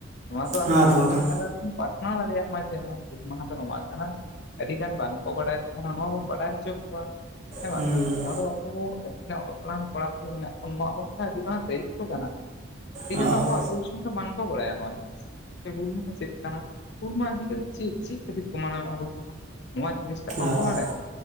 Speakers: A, on the left; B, on the right.
A: ᱱᱚᱣᱟ ᱫᱚ
B: ᱦᱮᱸ
A: ᱟᱵᱚ
B: ᱟᱫᱚ
A: ᱫᱤᱥᱚᱢ
B: ᱵᱟᱠᱷᱟᱱ
A: ᱛᱟᱞᱟᱨ᱾ ᱯᱟᱥᱱᱟᱣ ᱫᱟᱲᱮᱭᱟᱜ ᱢᱟ ᱡᱮ ᱢᱟᱦᱟ ᱫᱚ ᱱᱚᱣᱟ ᱠᱟᱱᱟ ᱟᱹᱰᱤ ᱜᱟᱱ ᱵᱟᱝᱠᱚ ᱵᱟᱰᱟᱭᱟ ᱱᱚᱣᱟ ᱵᱚᱱ ᱵᱟᱰᱟᱭ ᱦᱚᱪᱚ ᱠᱚᱣᱟ ᱦᱮᱸ
B: ᱦᱩᱸ
A: ᱵᱟᱝ ᱱᱚᱣᱟ ᱫᱚ ᱟᱵᱚ᱾ ᱛᱤᱱᱟᱹᱜ ᱜᱟᱱ ᱚᱞᱚᱜ ᱯᱟᱲᱦᱟᱜ ᱠᱚᱲᱟ ᱠᱩᱲᱤ ᱢᱮᱱᱟᱜ ᱠᱚ ᱟᱵᱚ ᱟᱹᱰᱤ ᱢᱟᱨᱟᱝ ᱫᱟᱭᱤᱛᱛᱚ ᱠᱟᱱᱟᱧ
B: ᱦᱳᱭ
A: ᱟᱵ᱾ ᱩᱱᱠᱩ ᱫᱚ ᱵᱟᱝᱠᱚ ᱵᱟᱲᱟᱭᱟ ᱱᱚᱣᱟ ᱡᱤᱱᱤᱥ ᱦᱩᱞ ᱢᱟᱦ ᱪᱮᱫ ᱠᱟᱱᱟ ᱾ ᱦᱩᱞ ᱢᱟᱦᱟᱤᱫᱤ ᱠᱟᱛᱮᱜ ᱱᱚᱣᱟ ᱤᱫᱤᱠᱟ ᱪᱮᱫ ᱪᱮᱫ ᱠᱷᱟᱹᱛᱤᱨ ᱠᱚ ᱢᱟᱱᱟᱣᱮᱫᱼᱟ ᱱᱚᱣᱟ ᱡᱤᱱᱤᱥ ᱵᱟᱸᱠᱚ
B: ᱦᱳᱭ
A: ᱵᱟᱲᱟᱭᱟ